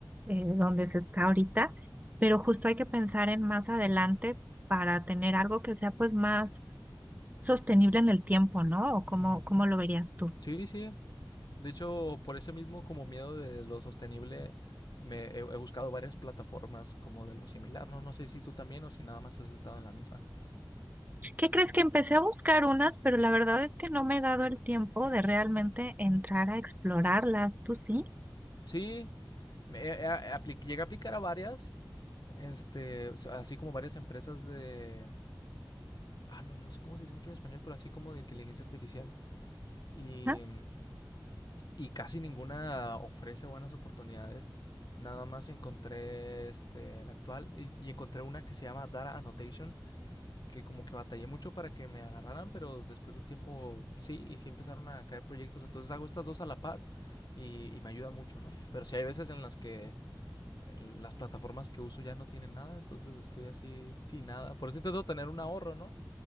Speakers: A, on the right; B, on the left.
A: eh, donde se está ahorita, pero justo hay que pensar en más adelante para tener algo que sea pues más sostenible en el tiempo, ¿no? ¿O cómo,
B: Ujú.
A: cómo lo verías tú?
B: Sí, sí. De hecho, por ese mismo como miedo de lo sostenible, me he, he buscado varias plataformas como de lo similar, ¿no? No sé si tú también o si nada más has estado en la misma.
A: ¿Qué crees que empecé a buscar unas, pero la verdad es que no me he dado el tiempo de realmente entrar a explorarlas, ¿tú sí?
B: Sí, me- eh, eh, apli- llegué a aplicar a varias, este, o sea, así como varias empresas de, ah, no, no sé cómo se dice mucho en español, pero así como de inteligencia artificial. Y,
A: Ajá.
B: y casi ninguna ofrece buenas oportunidades. Nada más encontré este, la actual y, y encontré una que se llama Data Annotation, que como que batallé mucho para que me agarraran, pero después de un tiempo sí, y sí empezaron a caer proyectos. Entonces hago estas dos a la par y, y me ayuda mucho, ¿no? Pero sí hay veces en las que las plataformas que uso ya no tienen nada, entonces estoy así sin nada. Por eso intento tener un ahorro, ¿no?